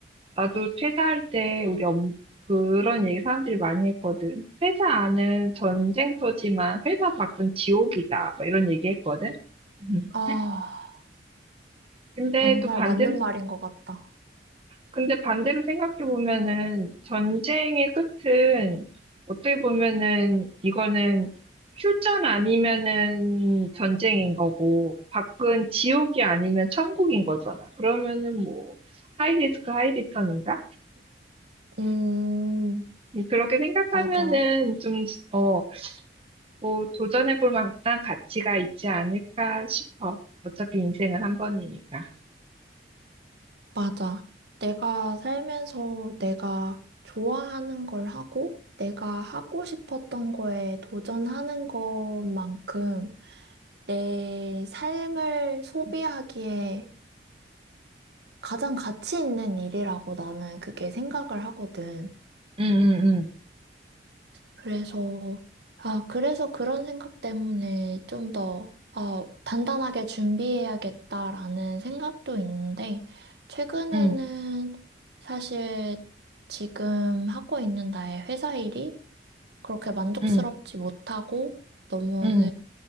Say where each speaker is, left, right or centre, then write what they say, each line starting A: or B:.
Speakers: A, on the right; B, on the right.
A: 나도 퇴사할 때 우리 엄, 그런 얘기 사람들이 많이 했거든. 회사 안은 전쟁터지만 회사 밖은 지옥이다. 막 이런 얘기 했거든. <laughs>
B: 아,
A: 근데
B: 정말
A: 또 반대로
B: 맞는 말인 것 같다.
A: 근데 반대로 생각해 보면은 전쟁의 끝은 어떻게 보면은 이거는 휴전 아니면은 전쟁인 거고 밖은 지옥이 아니면 천국인 거잖아. 그러면은 뭐 하이 리스크 하이 리턴인가?
B: 음,
A: 음, 그렇게 생각하면은
B: 맞아,
A: 좀, 어, 뭐 도전해 볼 만한 가치가 있지 않을까 싶어. 어차피 인생은 한 번이니까.
B: 맞아. 내가 살면서 내가 좋아하는 걸 하고, 내가 하고 싶었던 거에 도전하는 것만큼 내 삶을 소비하기에 가장 가치 있는 일이라고 나는 그게 생각을 하거든.
A: 응, 응, 응,
B: 그래서, 아, 그래서 그런 생각 때문에 좀 더, 아, 단단하게 준비해야겠다라는 생각도 있는데, 최근에는
A: 응,
B: 사실 지금 하고 있는 나의 회사 일이 그렇게 만족스럽지
A: 응,
B: 못하고, 너무
A: 응.